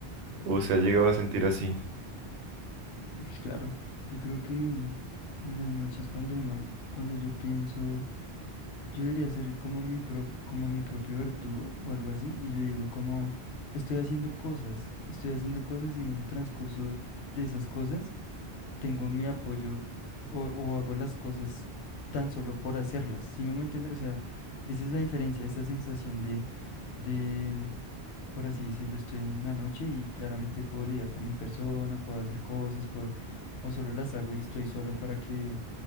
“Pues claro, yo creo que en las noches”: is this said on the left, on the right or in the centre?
Left